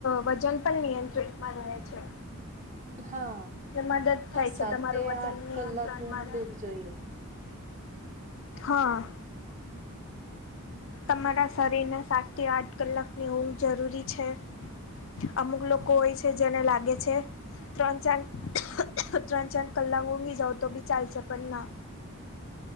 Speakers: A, on the left; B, on the right.
A: વજન પણ નિયંત્રિતમાં રહે છે.
B: હા
A: મદદ
B: હા
A: થાય
B: સાત
A: છે તમારું
B: થી
A: વજન
B: આઠ
A: નિયંત્રણમાં
B: કલાક ઊંઘ
A: રહે.
B: લેવી જોઈએ.
A: હા તમારા શરીરના સાતથી આઠ કલાકની ઊંધ જરૂરી છે. અમુક લોકો હોય છે જેને લાગે છે ત્રણ ચાર ત્રણ ચાર કલાક ઊંધી જાવ તો બી ચાલશે પણ ના